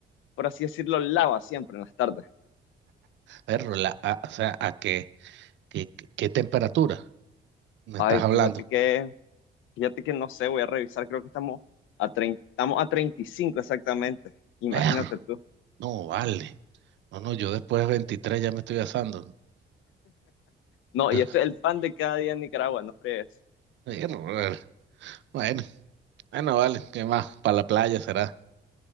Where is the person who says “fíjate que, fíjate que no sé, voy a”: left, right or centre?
Left